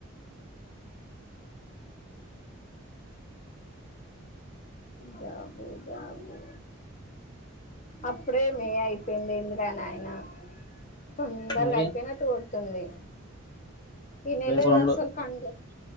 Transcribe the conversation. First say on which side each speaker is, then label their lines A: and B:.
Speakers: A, on the left; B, on the left.
A: జాబు జాబు అప్పుడే మే అయిపోయింది ఇంద్రా నాయన తొందరగా
B: మరి
A: అయిపోయినట్టు కొడుతుంది ఇ నెలసలు
B: రేపు రెండు
A: కంలే